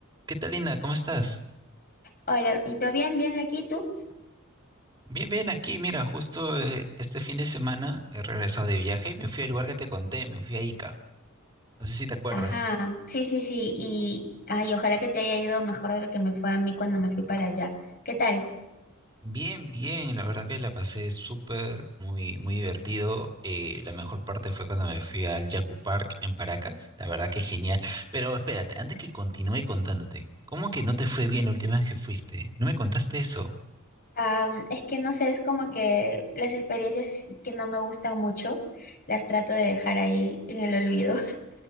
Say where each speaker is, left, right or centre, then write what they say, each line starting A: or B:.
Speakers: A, on the right (about 20°); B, on the left (about 45°).
A: ¿Qué tal, Linda? ¿Cómo estás?
B: Hola, ¿y todo bien? ¿Bien aquí tú?
A: Bien, bien, aquí, mira, justo eh, este fin de semana he regresado de viaje y me fui al lugar que te conté, me fui a Ica. No sé si te acuerdas.
B: Ajá, sí, sí, sí, y ay, ojalá que te haya ido mejor de lo que me fue a mí cuando me fui para allá. ¿Qué tal?
A: Bien, bien, la verdad que la pasé súper, muy, muy divertido. eh, la mejor parte fue cuando me fui al Yaku Park en Paracas. La verdad que genial. Pero espérate, antes que continúe contándote, ¿cómo que no te fue bien la última vez que fuiste? ¿No me contaste eso?
B: Am, es que no sé, es como que las experiencias que no me gustan mucho las trato de dejar ahí en el olvido.